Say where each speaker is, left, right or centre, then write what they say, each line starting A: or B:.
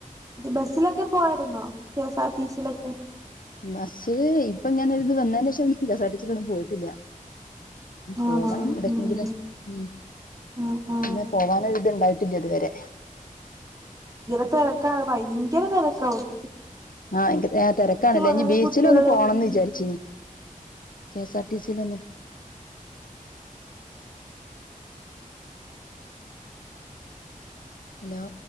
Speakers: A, on the right; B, on the left.
A: ബസിലൊക്കെ പോവായിരുന്നോ കേ സാർ ടി സിളൊക്കെ
B: ബസ് ഇപ്പം ഞാന ഇങ്ങാനൊരുത് വന്നതിന് ശേഷം കസ ടിച്ചിട്ടൊന്നും പോയിട്ടില്ല പോവണം
A: ആണോ
B: ഇവിടക്കെങ്കിലും
A: ഉം
B: ഉ
A: ആ ആ
B: പിന്നെ പോവാന ഇത്ണ്ടായി ട്ടില്ലതുവരെ
A: തിരക്കാ ഭയങ്കര തിരക്കാവട്ട
B: ആഹ് തിരക്കാണല്ല
A: പോകുന്നവരും
B: ഇനി ബീച്ചിലന്ന്
A: കുട്ടികളും
B: പോണംന്ന്
A: ഉം
B: വിചാരിച്ചിനി കെ എസ് ആർ ടി സിയില ഒന്നെ
A: അ <unintelligible>
B: ഹലോ